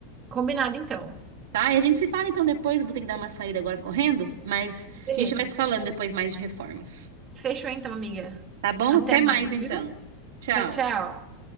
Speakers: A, on the right; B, on the right.
A: Combinado, então.
B: tá? E a gente se fala então depois. Vou ter que dar uma saída agora correndo, mas
A: Beleza.
B: a gente vai se falando depois mais de reformas.
A: Fechou, então, amiga.
B: Tá bom?
A: Até
B: Até
A: mais,
B: mais então.
A: viu?
B: Tchau.
A: Tchau, tchau.